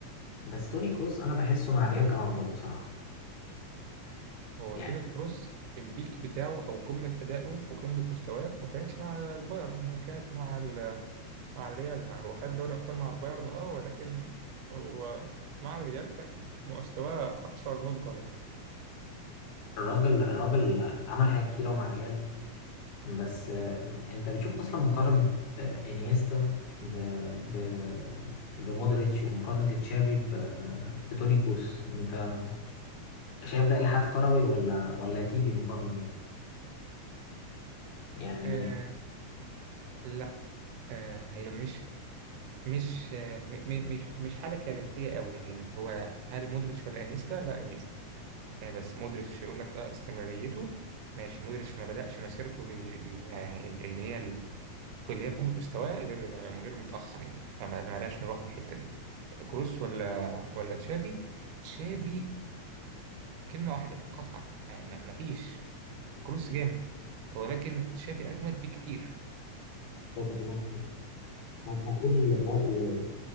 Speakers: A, on the left; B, on the right.
A: بس توني كروس انا بحسه مع ريال كان افضل بصراحه
B: هو
A: يعني
B: توني كروس البيك بتاعه او قمه ادائه وقمه مستواه ما كانتش مع البايرن كانت مع ال مع الريال مع هو خد دوري ابطال مع البايرن اه ولكن هو مع الريال كان مستواه اكثر نضجا يعني
A: الراجل الراجل عمل حاجات كتيره مع ريال بس آه، انت بتشوف اصلا مقارنه آه، انيستا ب ب بمودريتش ومقارنه تشافي ب... بتوني كروس انت شايف ده الحاد كروي ولا ولا تيجي المقارنه دي يعني
B: آه لا آه هي مش مش آه م- م- مش مش حاجه كارثيه قوي يعني هو هل مودريتش ولا انيستا لا انيستا آه بس مودريتش يقول لك اه استمراريته ماشي مودريتش ما بدأش مسيرته ال- ال- يعني ال- اللي هي ال- اللي هي قمه مستواه غير آه، غير متاخر يعني فما ما لاش نروح في الحته دي كروس ولا ولا تشافي تشافي كلمة واحدة قطعا يعني ما- مفيش كروس جامد ولكن تشافي أجمد بكتير
A: طب انا أنا هقول راي